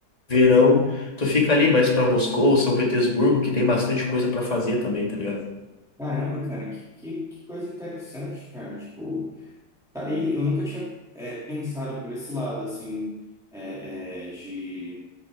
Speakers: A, on the left; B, in the centre.
A: verão, tu fica ali mais para Moscou, São Petersburgo, que tem bastante coisa para fazer também, tá ligado?
B: Caramba, cara, que, que, que coisa interessante, cara. Tipo, tá aí, eu nunca tinha é, pensado por esse lado, assim, é, é, de